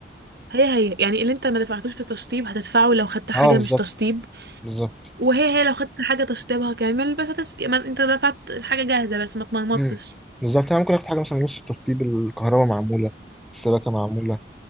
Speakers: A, on the right; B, in the centre.
A: هي هي هي يعني اللي انت ما دفعتوش في تشطيب هتدفعه لو خدت حاجه
B: اه بالظبط
A: مش تشطيب
B: بالظبط
A: وهي هي لو خدت حاجه تشطيبها كامل بس هتس... ما انت دفعت الحاجه جاهزه بس ما اتمرمطتش
B: مم. بالظبط يعني ممكن آخد حاجة مثلا نص ترتيب الكهرباء معمولة السباكة معمولة